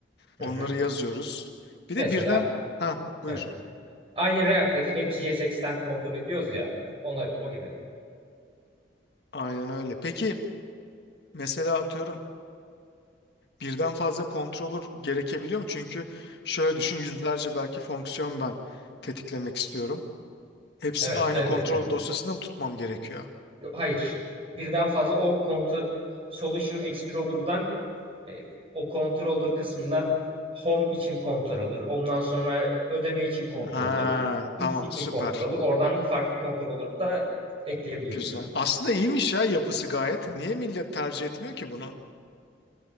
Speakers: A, on the right (about 30°); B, on the left (about 60°).
A: hı
B: onları
A: hı.
B: yazıyoruz. Bir
A: Mesela
B: de birden ha buyur.
A: evet. Aynı React'taki AppJSX'ten kontrol ediyoruz ya. Ona o gibi.
B: Aynen öyle. Peki mesela atıyorum birden fazla controller gerekebiliyor mu? Çünkü şöyle düşün yüzlerce belki fonksiyon ben tetiklemek istiyorum. Hepsini
A: Evet
B: aynı
A: elbette.
B: kontrol dosyasında mı tutmam gerekiyor?
A: Yo- hayır. Birden fazla o kontu Solution Explorer'dan E, o controller kısmından home için controller, ondan sonra ödeme için controller,
B: Ha,
A: X
B: tamam
A: için
B: süper.
A: controller, oradan farklı controller'ı da ekleyebiliyoruz.
B: Güzel. Aslında iyiymiş ya yapısı gayet. Niye millet tercih etmiyor ki bunu?